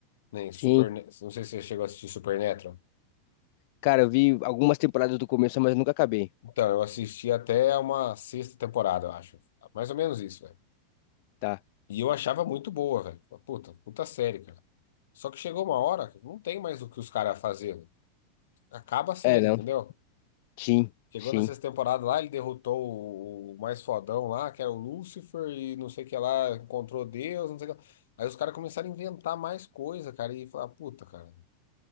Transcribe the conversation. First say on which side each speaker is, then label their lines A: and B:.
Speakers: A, on the left; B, on the left.
A: Nem Super,
B: Sim.
A: não sei se você chegou a assistir Supernatural.
B: Cara, eu vi algumas temporadas do começo, mas nunca acabei,
A: Então, eu assisti até uma sexta temporada, eu acho. Mais ou menos isso, velho.
B: tá?
A: E eu achava muito boa, velho. Puta, puta série, cara. Só que chegou uma hora, que não tem mais o que os caras fazer. Acaba a série,
B: É, não.
A: entendeu?
B: Sim,
A: Chegou
B: sim.
A: na sexta temporada lá, ele derrotou o, o mais fodão lá, que era o Lúcifer, e não sei o que lá, encontrou Deus, não sei o que lá. Aí os caras começaram a inventar mais coisa, cara, e falar, puta, cara,